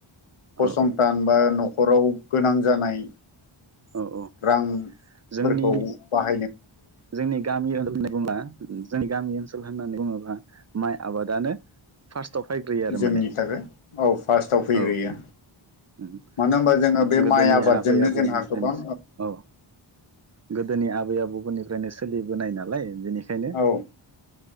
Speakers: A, on the left (about 80°); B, on the right (about 35°).
A: फसंथान
B: औ
A: बा न'खराव गोनां जानाय
B: औ औ
A: रांफोरखौ
B: जोंनि
A: बाहाय
B: जोंनि गामि ओनोल होननानै बुङोबा जोंनि गामि ओनसोल होननानै बुङोब्ला माइ आबादानो फार्स्ट याव फैग्रोयो आरो
A: जोंनि
B: माने
A: थाखाय औ फार्स्टआव फैग्रोयो
B: औ ओम
A: मानो होनबा जोङो बे
B: गोदोनि
A: माइ आबादजोंनो
B: आबै आबौ
A: जोंहा
B: मोनिफ्राय
A: गोबां
B: सो औ गोदोनि आबै आबौमोननिफ्रायनो सोलिबोनाय नालाय बेनिखायनो
A: औ